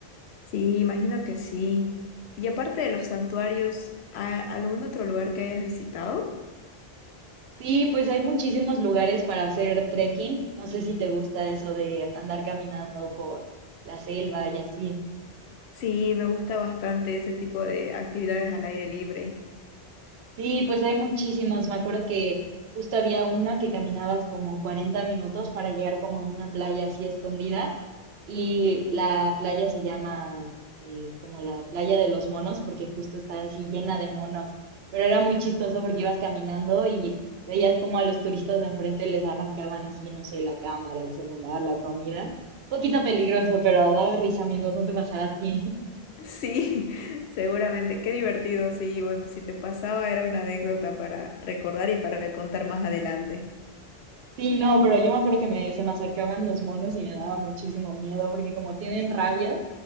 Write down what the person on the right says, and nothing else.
Sí, pues hay muchísimos lugares para hacer trekking. No sé si te gusta eso de andar caminando por la selva y así.
Sí, pues hay muchísimas. Me acuerdo que justo había una que caminabas como 40 minutos para llegar como a una playa así escondida y la playa se llama eh, como la playa de los monos porque justo está así llena de monos. Pero era muy chistoso porque ibas caminando y veías como a los turistas de enfrente les arrancaban así, no sé, la cámara, el celular, la comida. Un poquito peligroso, pero daba risa mientras no te pasara a ti.
Sí, no, pero yo me acuerdo que me, se me acercaban los monos y me daba muchísimo miedo porque como tienen rabia,